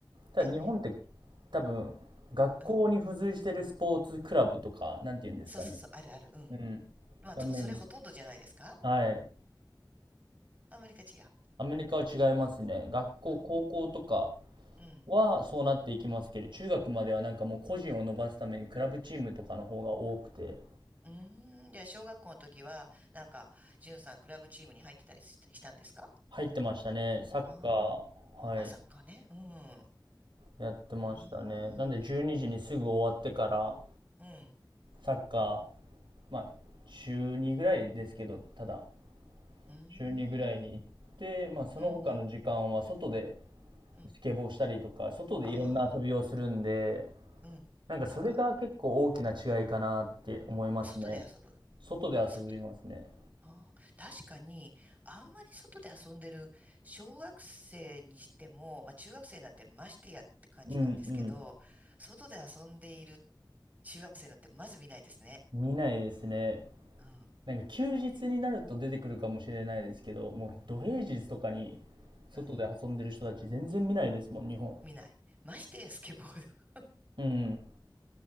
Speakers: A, on the right; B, on the right.
A: ただ日本って
B: え、
A: 多分、学校に付随してるスポーツクラブとか、
B: うん。
A: なんて言うんですかね。
B: そうそうそう、あるある。うん。
A: うん。
B: まあ、
A: がメイン。
B: と、それほとんどじゃないですか
A: はい。
B: アメリカ違う。
A: アメリカは違いますね。学校、
B: うん。
A: 高校とか、
B: うん。
A: はそうなっていきますけど、中学まではなんかもう個人を伸ばすためにクラブチームとかの方が多くて、
B: うーん。じゃあ、小学校の時は、なんか、じゅんさん、クラブチームに入ってたりし、したんですか
A: 入ってましたね。サッカー、
B: ああ
A: はい、
B: ー。あ、サッカーね。うん。
A: やってましたね。
B: うーん。
A: なんで12時にじにすぐ終わってから、
B: うん。
A: サッカー、まあ、週2ぐらいですけど、ただ、
B: うー
A: 週2ぐらいに行って、
B: ん。
A: まあ、その他の時間は外で
B: うん。うん。うん。
A: スケボーしたりとか、外でいろんな遊びをするんで、
B: ああ。うん。
A: なんかそれが結構大きな違いかなって思いますね。
B: なんか、うん外で遊ぶ。
A: 外で遊びますね。
B: 外。ああ。確かに、あんまり外で遊んでる、小学生にしても、まあ、中学生なんてましてやって感じなんですけど、
A: うんうん。
B: 外で遊んでいる中学生なんてまず見ないですね。
A: 見ないですね。
B: うん。
A: なんか休日になると出てくるかもしれないですけど、もう土平日とかに外で遊んでる人たち全然見ないですもん、
B: うん。
A: 日本。
B: 見ない。ましてやスケボー。
A: うん。